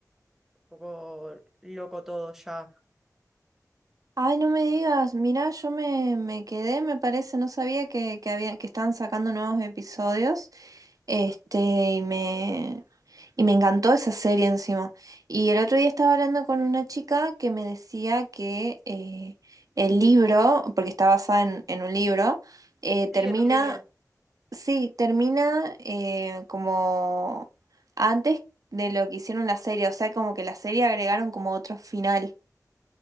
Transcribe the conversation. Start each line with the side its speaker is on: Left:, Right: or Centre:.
Centre: un poco loco todo ya.
Right: Ay, no me digas, mirá, yo me, me quedé, me parece, no sabía que, que había, que estaban sacando nuevos episodios. Este, y me, y me encantó esa serie encima. Y el otro día estaba hablando con una chica que me decía que eh, el libro, porque está basada en, en un libro, eh, termina
Centre: Sí, en el libro.
Right: Sí, termina eh, como antes de lo que hicieron la serie, o sea, como que la serie agregaron como otro final.